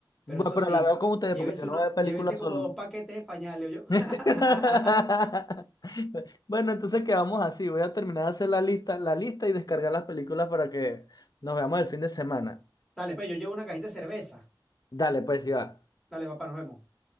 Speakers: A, on the left; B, in the centre.
A: Bueno,
B: Pero eso
A: pero
B: sí,
A: la veo con ustedes
B: llévese
A: porque yo no
B: uno,
A: veo películas
B: llévese como
A: solo.
B: dos paquetes de pañales, yo.
A: <laughs>
B: <laughs>
A: Bueno, entonces quedamos así. Voy a terminar de hacer la lista, la lista y descargar las películas para que nos veamos el fin de semana.
B: Dale, pues yo llevo una cajita de cerveza.
A: Dale, pues, ya.
B: Dale, papá, nos vemos.